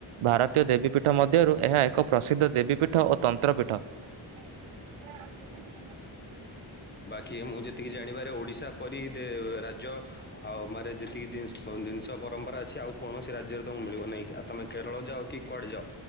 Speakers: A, on the right; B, on the left.
A: ଭାରତୀୟ ଦେବୀପୀଠ ମଧ୍ୟରୁ ଏହା ଏକ ପ୍ରସିଦ୍ଧ ଦେବୀପୀଠ ଓ ତନ୍ତ୍ରପୀଠ। ହଁ <unintelligible>
B: କି ମୁଁ ଯେତିକି ଜାଣିବାରେ ଓଡିଶା ପରି ରାଜ୍ୟ ଆଉ ମାରେ ଯେତିକି ଜିନିଷ ପରମ୍ପରା ଅଛି ଆଉ କୌଣସି ରାଜ୍ୟରେ ତମ ମିଳିବ ନାହିଁଉ ତମେ କେରଳ ଯାଅ କି କୁଆଡେ ଯା